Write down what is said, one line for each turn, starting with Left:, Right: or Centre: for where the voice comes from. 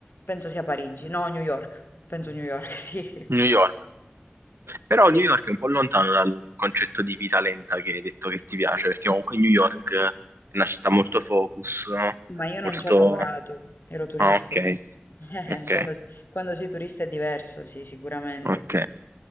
Left: Penso sia Parigi, no, New York. Penso New York, <laughs> sì.
Right: New York. Però
Left: Sì,
Right: New York è un po' lontano dal concetto di vita lenta che hai detto che ti piace, perché comunque New York è una città molto focus, no?
Left: ma io
Right: molto...
Left: non ci ho lavorato, ero turista.
Right: Ah, ok,
Left: Eh,
Right: ok,
Left: quando, quando sei turista è diverso, sì, sicuramente.
Right: ok.